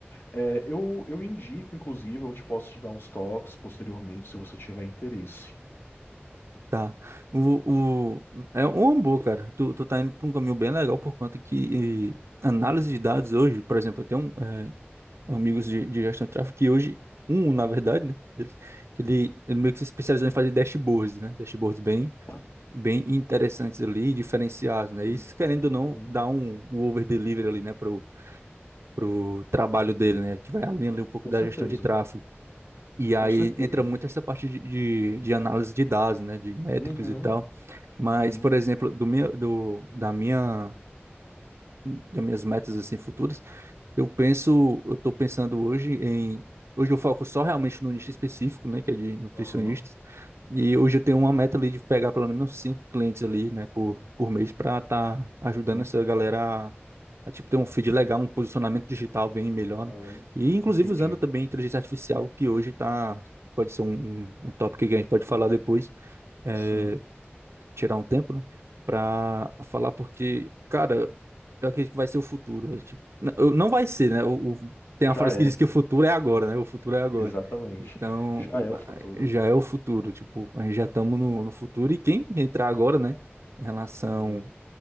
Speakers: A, on the left (about 60°); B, on the right (about 90°).
A: É, eu, eu indico, inclusive, eu te posso te dar uns toques posteriormente, se você tiver interesse.
B: Tá. O, o, é uma boa, cara. Tu, tu tá indo por um caminho bem legal por conta que eh, análise de dados hoje, por exemplo, eu tenho um, eh, amigos de, de gestão de tráfego, que hoje, um, na verdade, né? Ele, que ele, ele meio que se especializou em fazer dashboards, né? Dashboards bem,
A: Tá?
B: bem interessantes ali, diferenciados, né?
A: Uhum,
B: Isso, querendo ou não,
A: uhum.
B: dá um, um over-delivery ali, né? Pro, pro trabalho dele, né? Que vai além ali um pouco
A: Com
B: da
A: certeza.
B: gestão de tráfego. E aí
A: Com certeza.
B: entra muito essa parte de, de, de análise de dados, né? De métricas
A: Uhum,
B: e tal. Mas,
A: uhum,
B: por exemplo, do meu, do, da minha das minhas metas assim futuras Eu penso, eu estou pensando hoje em. Hoje eu foco só realmente no nicho específico, né, que é de nutricionistas.
A: aham,
B: E hoje eu tenho uma meta ali de pegar pelo menos cinco clientes ali, né, por, por mês, para estar tá ajudando
A: uhum,
B: essa galera a, a, tipo, ter um feed legal, um posicionamento digital bem melhor. né?
A: uhum.
B: E inclusive
A: Entendi.
B: usando também inteligência artificial, que hoje tá, pode ser um, um, um tópico que a gente pode falar depois, é,
A: Sim,
B: tirar um tempo, né, para falar, porque, cara, eu acredito que vai ser o futuro. velho. Tipo, não, eu- não vai ser, né? O, o- tem
A: já
B: uma frase
A: é,
B: que diz que o futuro é agora, né? O futuro é agora.
A: exatamente.
B: Então,
A: Já
B: o-
A: é o
B: a-
A: futuro.
B: já é o futuro. Tipo, a gente já estamos no, no futuro. E quem entrar agora, né? Em relação
A: Uhum,